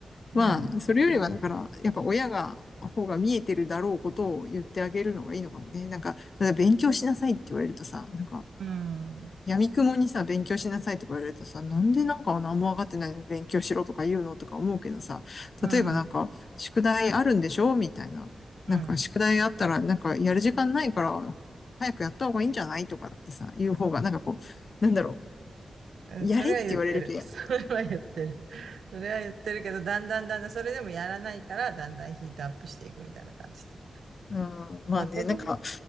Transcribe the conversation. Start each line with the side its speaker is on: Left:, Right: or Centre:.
Right: まあね。
Left: まあ、それよりは、だから、やっぱ親が、方が見えてるだろうことを言ってあげるのがいいのかもね。なんか、ただ勉強しなさいって言われるとさ、なんか、
Right: うん、うん、
Left: 闇雲にさ、勉強しなさいとか言われるとさ、なんでなんか何も分かってないのに勉強しろとか言うのとか思うけどさ、
Right: うん。
Left: 例えばなんか、宿題あるんでしょみたいな。
Right: うん
Left: なんか、宿題あったら、なんか、やる時間ないから、早くやった方がいいんじゃないとかってさ、言う方が、なんかこう、なんだろう、やれって言われるけど、
Right: それは言ってる。<laughs> それは言ってる。それは言ってるけど、だんだんだんだん、それでもやらないから、だんだんヒートアップしていくみたいな感じで。
Left: うん、まあね、
Right: まあ子供、
Left: なんか、